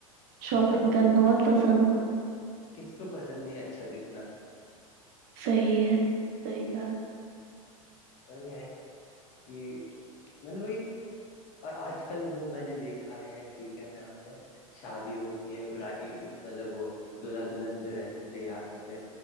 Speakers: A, on the right; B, on the left.
A: شاپنگ
B: ہاں
A: کرنا بہت پسند
B: کس کو پسند نہیں ہے اچھا دکھنا
A: صحیح ہے صحیح کہ
B: توی ہے کہ مطلب بی اور آج کل وہ میں نے دیکھا ہے کہ کیا نام ہے شادی ہوتی ہے برائی مطلب وہ دلہا دلہن جو رہتے تیار ہوتے